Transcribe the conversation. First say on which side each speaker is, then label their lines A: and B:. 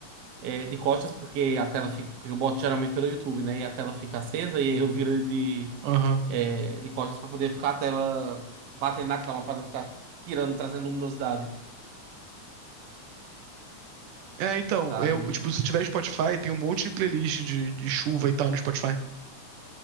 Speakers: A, on the right; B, on the right.
A: é, de costas, porque a tela fica. Eu boto geralmente pelo YouTube, né? E a tela fica acesa, e aí eu viro ele de,
B: Aham.
A: é, de costas pra poder ficar a tela batendo na cama, pra não ficar tirando, trazendo luminosidade,
B: É, então,
A: sabe?
B: eu, tipo, se tiver Spotify, tem um monte de playlist de, de chuva e tal no Spotify.